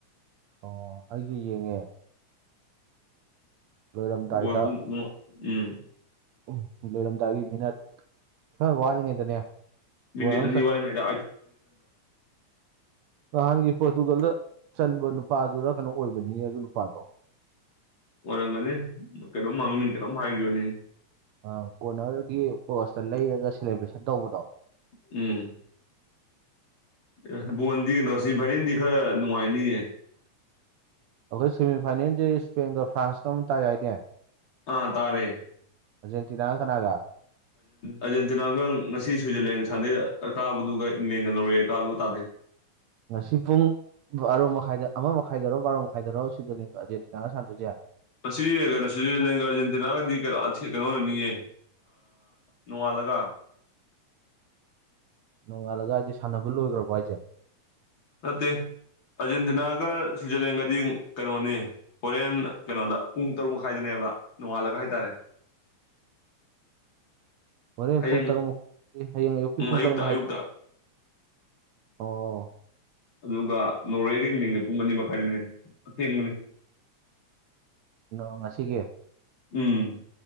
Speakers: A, on the right; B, on the left.
A: ꯑꯣ ꯑꯩꯁꯨ ꯌꯦꯡꯉꯦ ꯂꯣꯏꯔꯝꯗꯥꯏꯗ
B: ꯣꯗ ꯎꯝ
A: ꯎꯝ ꯂꯩꯔꯝꯗꯥꯏꯒꯤ ꯃꯤꯚꯅꯠ ꯈꯔ ꯋꯥꯠꯂꯤꯉꯩꯗꯅꯦ
B: ꯅꯤ
A: ꯒꯣꯜ ꯑꯃ ꯆꯟ
B: ꯋꯥꯔꯤꯥꯏꯗ
A: ꯅꯍꯥꯟꯒꯤ ꯄꯣꯔꯇꯨꯒꯜꯗ ꯆꯟꯕ ꯅꯨꯄꯥꯗꯨꯗ ꯀꯩꯅꯣ ꯑꯣꯏꯕꯅꯤꯅꯦ ꯑꯗꯨ ꯅꯨꯄꯥꯗꯣ
B: ꯑꯣꯏꯔꯝꯒꯅꯤ ꯀꯩꯅꯣꯝ ꯃꯥꯡꯅꯤ ꯀꯩꯅꯣꯝ ꯍꯥꯏꯈꯤꯕꯅꯤ
A: ꯑ ꯀꯣꯔꯅꯔꯒꯤ ꯄꯣꯁꯇ ꯂꯩꯔꯒ ꯁꯦꯂꯦꯕ꯭ꯔꯦꯁꯟ ꯇꯧꯕꯗꯣ
B: ꯎꯝ ꯑꯦ ꯕꯣꯟꯗꯤ ꯀꯩꯅꯣꯁꯤ ꯚꯥꯏꯅꯤꯗꯤ ꯈꯔ ꯅꯨꯡꯉꯥꯏꯅꯤꯌꯦ
A: ꯑꯩꯈꯣꯏ ꯁꯦꯃꯤꯐꯥꯏꯅꯦꯜꯁꯦ ꯏꯁ꯭ꯄꯦꯟꯒ ꯐ꯭ꯔꯥꯟꯁꯀ ꯑꯃꯅ ꯇꯥꯏꯅꯦꯦ
B: ꯑꯥ ꯇꯥꯔꯦ
A: ꯑꯔꯖꯦꯟꯇꯤꯅꯥ ꯀꯅꯥꯒ
B: ꯑꯔꯖꯦꯟꯇꯤꯅꯥꯒ ꯉꯁꯤ ꯁ꯭ꯋꯤꯖꯔꯂꯦꯟꯒ ꯁꯥꯟꯅꯗꯩ ꯀꯥꯕꯗꯨꯒ ꯏꯪꯂꯦꯟꯒ ꯂꯧꯔꯛꯑꯦ ꯀꯀꯥꯗꯨꯣ ꯇꯥꯗꯦ
A: ꯉꯁꯤ ꯄꯨꯡ ꯑꯔꯣ ꯃꯈꯥꯏꯗ ꯑꯃ ꯃꯈꯥꯏꯗꯔꯣ ꯕꯥꯔꯣ ꯃꯈꯥꯏꯗꯔꯣ ꯁꯤꯗ ꯑꯔꯖꯦꯟꯇꯤꯅꯥꯒ ꯁꯥꯟꯗꯣꯏꯁꯦ
B: ꯑꯁꯤ ꯀꯩꯅꯣ ꯁꯤꯖꯤꯟꯅꯒ ꯑꯥꯔꯖꯦꯟꯇꯤꯅꯥꯒꯗꯤ ꯀꯩꯅꯣ ꯑꯣꯏꯅꯅꯤꯌꯦ ꯅꯣꯡꯉꯥꯜꯂꯒ
A: ꯅꯣꯡꯉꯥꯜꯂꯒ ꯍꯥꯏꯗꯤꯦ ꯁꯥꯟꯅꯕ ꯂꯣꯏꯈ꯭ꯔꯕꯣ ꯍꯥꯏꯁꯦ
B: ꯅꯠꯇꯦ ꯑꯔꯖꯦꯟꯇꯤꯅꯥꯒ ꯁ꯭ꯋꯤꯖꯔꯂꯦꯟꯒꯗꯤ ꯀꯩꯅꯣꯅꯤ ꯍꯣꯔꯦꯟ ꯀꯩꯅꯣꯗ ꯄꯨꯡ ꯇꯔꯨꯛ ꯃꯈꯥꯏꯗꯅꯦꯕ ꯅꯣꯡꯉꯥꯜꯂꯒ ꯍꯥꯏꯇꯥꯔꯦ
A: <inaudible> ꯍꯣꯔꯦꯟ
B: ꯍꯌꯦꯡ
A: ꯄꯨꯡ ꯇꯔꯨꯛꯃꯨ ꯍꯌꯦꯡ ꯑꯌꯨꯛꯀꯤ
B: ꯎꯝ
A: ꯄꯨꯡ
B: ꯑꯌꯨꯛꯇ
A: ꯇꯔꯨꯛ ꯃꯈꯨ
B: ꯑꯌꯨꯛꯇ
A: ꯑꯣ
B: ꯑꯗꯨꯒ ꯅꯣꯔꯋꯦꯗ ꯌꯦꯡ ꯅꯤꯡꯉꯦ ꯄꯨꯡ ꯑꯅꯤ ꯃꯈꯥꯏꯗꯅꯦ ꯑꯊꯦꯡꯕꯅꯤ
A: ꯑꯗꯣ ꯉꯁꯤꯒꯤ
B: ꯎꯝ